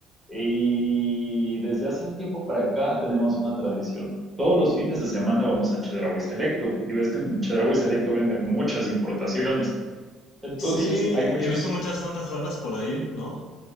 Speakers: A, in the centre; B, on the left (about 75°).
A: Y desde hace un tiempo para acá tenemos una tradición. Todos los fines de semana vamos a Chedraui Selecto. Y ves que en Chedraui Selecto vende muchas importaciones. Entonces
B: Sí,
A: hay muchos...
B: he visto muchas fantas raras por ahí, ¿no?